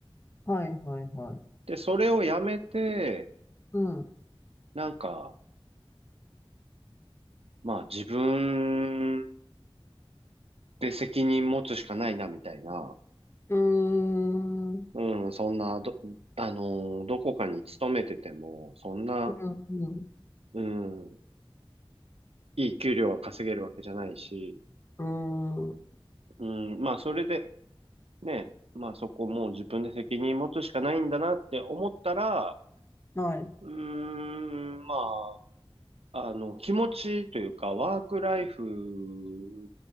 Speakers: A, on the left; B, on the right.
A: はい、はい、はい。
B: で、それをやめて、
A: うん。
B: なんか、まあ自分で責任持つしかないな、みたいな。
A: うーん。
B: うん、そんな、ど、あのーどこかに勤めてても、そんな、
A: うん。うん。
B: うん、いい給料が稼げるわけじゃないし、
A: うーん。
B: うん、まあそれで、ね、まあそこもう自分で責任持つしかないんだなって思ったら、
A: はい。
B: うーん、まあ、あの、気持ちというか、ワークライフ